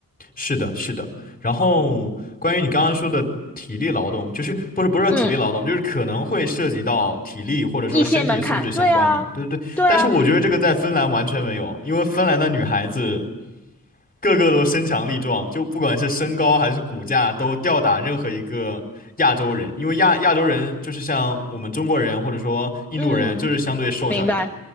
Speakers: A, on the left; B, in the centre.
A: 是的，是的。然后关于你刚刚说的体力劳动，就是不是不是说体力劳动，
B: 嗯，
A: 就是可能会涉及到体力或者说身体素质相关的，
B: 一些门槛，对啊，
A: 对对对。
B: 对啊，
A: 但是我觉得这个在芬兰完全没有，因为芬兰的女孩子个个都身强力壮，就不管是身高还是骨架都吊打任何一个亚洲人，因为亚亚洲人就是像我们中国人或者说印度人，
B: 嗯，
A: 就是相对瘦小一点，
B: 明白。